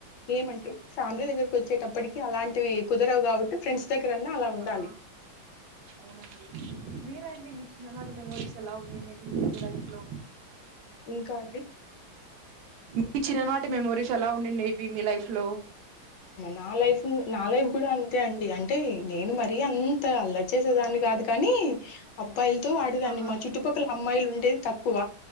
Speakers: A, on the left; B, on the right.
A: ఏమంటే ఫ్యామిలీ దగ్గరకి వచ్చేటప్పటికి అలాంటివి కుదరవు కాబట్టి ఫ్రెండ్స్ దగ్గరన్నా అలా ఉండాలి
B: ఆ అవునండి మీరండి మీ చిన్న నాటి మెమోరీస్ ఎలా ఉండిటేటీవీ మీలైఫ్ లో
A: ఇంకా అండి
B: మీ చిన్ననాటి మెమోరీస్ ఎలా ఉండిటేటీవీ మీ లైఫ్ లో
A: నా లైఫ్ నా లైఫ్ కూడా అంతే అండి అంటే నేను మరీ అంత అల్లరి చేసేదాని కాదు కానీ అబ్బాయిలతో ఆడేదాన్ని
B: ఆహా
A: మా చుట్టుపక్కల అమ్మాయిలు ఉంటే తక్కువ